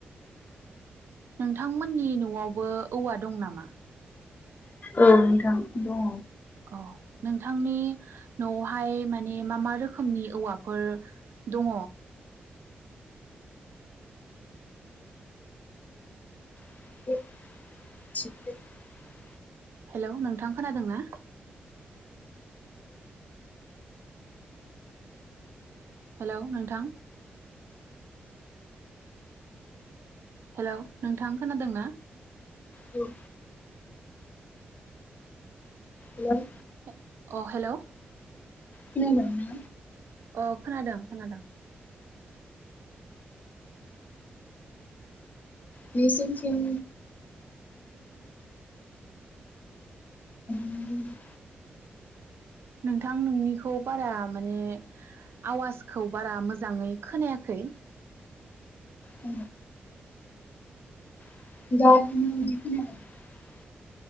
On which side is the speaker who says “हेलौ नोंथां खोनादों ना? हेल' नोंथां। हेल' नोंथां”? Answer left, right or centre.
Right